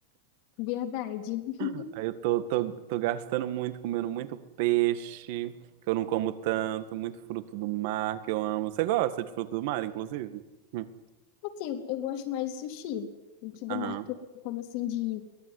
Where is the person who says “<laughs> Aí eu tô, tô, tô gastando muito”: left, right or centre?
Right